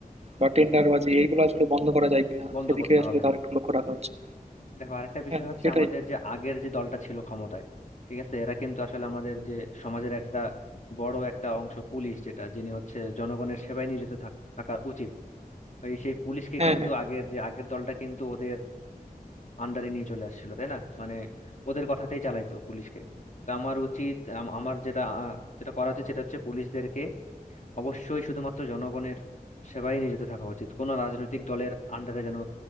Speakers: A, on the right; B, on the left.
A: বা টেন্ডারবাজি এইগুলো আসলে বন্ধ করা যায় কিনা
B: বন্ধ
A: সেদিকে
B: করতে
A: আসলে
B: হবে
A: তার একটু লক্ষ্য রাখা উচিত
B: দেখো আরেকটা বিষয়
A: হ্যাঁ
B: হচ্ছে
A: সেটাই
B: আমাদের যে আগের যে দলটা ছিল ক্ষমতায় ঠিক আছে এরা কিন্তু আসলে আমাদের যে সমাজের একটা বড় একটা অংশ পুলিশ যেটা যিনি হচ্ছে জনগণের সেবায় নিয়োজিত থাক- থাকা উচিত এই সেই পুলিশকে
A: হ্যাঁ
B: কিন্তু
A: হ্যাঁ
B: আগের যে আগের দলটা কিন্তু ওদের আন্ডারে নিয়ে চলে আসছিল তাই না মানে ওদের কথাতেই চালাইতো পুলিশকে তো আমার উচিত আম- আমার যেটা আহ, যেটা করা উচিত সেটা হচ্ছে পুলিশদেরকে অবশ্যই শুধুমাত্র জনগণের সেবায় নিয়োজিত থাকা উচিত কোনো রাজনৈতিক দলের আন্ডারে যেন